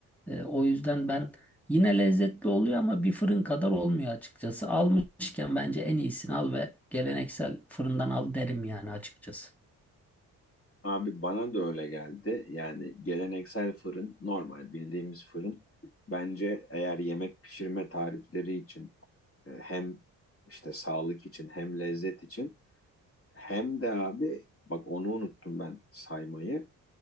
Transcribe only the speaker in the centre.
E, o yüzden ben yine lezzetli oluyor ama bir fırın kadar olmuyor açıkçası. Almışken bence en iyisini al ve geleneksel fırından al derim yani açıkçası.